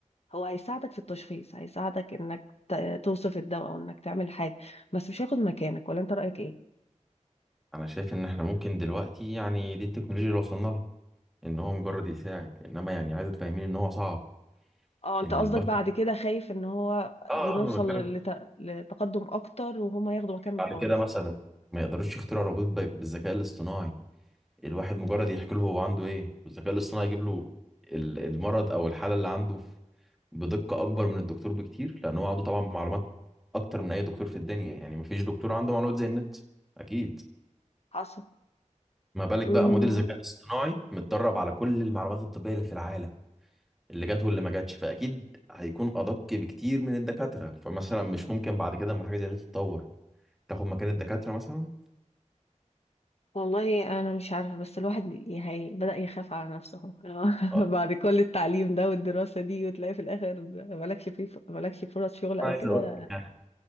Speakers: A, on the left; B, in the centre.
A: هو هيساعدك في التشخيص هيساعدك انك ت- توصف الدواء او انك تعمل حاجه بس مش هياخد مكانك ولا انت رايك ايه
B: انا شايف ان احنا ممكن دلوقتي يعني دي التكنولوجيا اللي وصلنا لها ان هو مجرد يساعد انما يعني عايز تفهمين ان هو صعب
A: اه انت
B: ان
A: قصدك
B: البشر
A: بعد كده خايف ان هو
B: اه
A: ي- نوصل
B: آه، انا بتكلم
A: لت...
B: في-
A: لتقدم اكتر وهما ياخدوا مكاننا
B: بعد
A: خالص
B: كده مثلا ما يقدروش يخترعوا روبوت ب- بالذكاء الاصطناعي الواحد مجرد يحكي له هو عنده ايه والذكاء الاصطناعي يجيب له ال- المرض او الحاله اللي عنده ف- بدقه اكبر من الدكتور بكتير لان هو عنده طبعا معلومات اكتر من اي دكتور في الدنيا يعني ما فيش دكتور عنده معلومات زي النت اكيد
A: حصل
B: ما بالك
A: مم.
B: بقى موديل ذكاء اصطناعي متدرب على كل المعلومات الطبيه اللي في العالم اللي جت واللي ما جاتش فاكيد هيكون ادق بكتير من الدكاتره فمثلا مش ممكن بعد كده اما حاجه زي دي تتطور تاخد مكان الدكاتره مثلا
A: والله انا مش عارفه بس الواحد ي- هي بدأ يخاف على نفسه اهو
B: آه،
A: <laughs> بعد كل التعليم ده والدراسه دي وتلاقي في الاخر مالكش في مالكش فرص شغل او
B: انا عايز
A: كده
B: اقول لك يعني